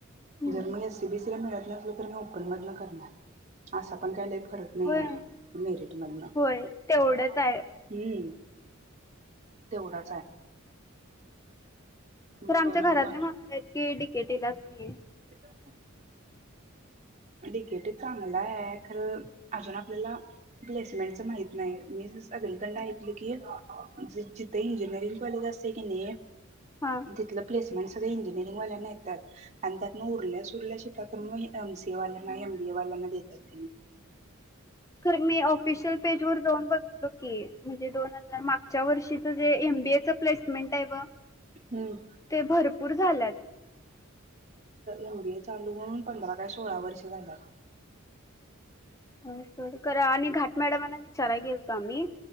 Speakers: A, on the left; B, on the right.
A: हम्म
B: जर्मनी एस बीसी मिळत नसल तर मी ओपन मधन करणार असा पण लय फरक -- नाही
A: होय
B: आहे मिरीट मधनं
A: होय तेवढंच
B: हम्म.
A: आहे.
B: तेवढाच आहे.
A: तर आमच्या
B: बनून
A: घरातले
B: मग
A: म्हणालेत की डिकेटीला. हे.
B: <unintelligible> डिकेटी चांगला आहे खरं अजून आपल्याला प्लेसमेंटच माहित नाही मी सगळीकंड ऐकलं की जिथे इंजिनिअरिंग कॉलेज असते की नाही.
A: हा
B: तिथलं प्लेसमेंट. इंजीनियरिंग वाल्यांना येतात आणि उरल्या सुरल्या शीटा तर ए म सी. हे वाल्याना एम बी ए वाल्याना देेतात त्यानीं.
A: खरं मी ऑफिशियल पेज वर जाऊन बघितलो. म्हणजे, दोन हजार मागच्या वर्षिच जे एम बी य च. प्लेस. प्लेसमेट
B: हम्म
A: ते भरपूर झालेत.
B: एम बी ए चालू होऊन पंधरा काय सोळा वर्ष झालं.
A: होय सोड आणि घाट मॅडमांना विचाराय गेलतो आम्ही.